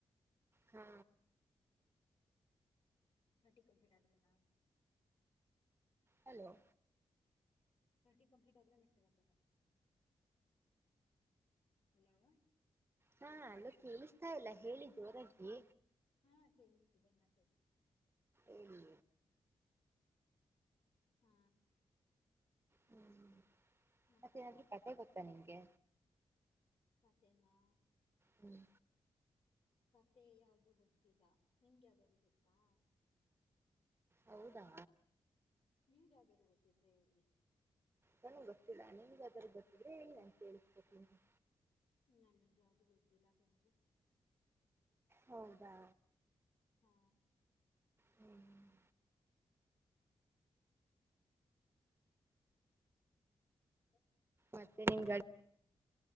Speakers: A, on the right; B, on the left.
A: ಹಾ
B: ನಟಿ ಕಂಪ್ಲೀಟ್ ಆಗಿದೆನಾ
A: ಹಲೋ
B: ಓಟಿ ಕಂಪ್ಲೀಟ್ ಆಗಿಲ್ಲ ಮೆಸೇಜ್ ಮಾಡ್ತಾ <unintelligible> ಏನು
A: ಹಾ ಅಲ್ಲ ಕೇಳಿಸ್ತಾ ಇಲ್ಲ ಹೇಳಿ ಜೋರಾಗಿ
B: ಹಾ ಕೇಳಿಸ್ತಿದೆ ಮಾತಾಡು
A: ಹೇಳಿ
B: ಹಾ
A: ಹ್ಮ್
B: ಮತ್ತೆ
A: ಮತ್ತೇನಾದ್ರು ಕತೆ ಗೊತ್ತಾ ನಿಮ್ಗೆ
B: ಕತೆನಾ
A: ಹ್ಮ್
B: ಕತೆ ಯಾವ್ದೂ ಗೊತ್ತಿಲ್ಲ ನಿಮ್ಗೆ ಯಾವ್ದಾರೂ ಗೊತ್ತಾ
A: ಹೌದಾ
B: ನಿಮ್ಗೆ ಯಾವ್ದಾರು ಗೊತ್ತಿದ್ರೆ ಹೇಳಿ
A: ನನುಗ್ ಗೊತ್ತಿಲ್ಲ ನಿಮ್ಗೆ ಯಾವ್ದಾರು ಗೊತ್ತಿದ್ರೆ ಹೇಳಿ ನಾನ್ ಕೇಳಿಸ್ಕೊತೀನಿ
B: ನನಗ್ ಯಾವ್ದು ಗೊತ್ತಿಲ್ಲ ತಂದ್ರರಿ
A: ಹೌದಾ
B: ಹ್ಮ
A: ಹ್ಮ್.
B: ಹಲೋ
A: ಮತ್ತೆ ನಿ ಗಾ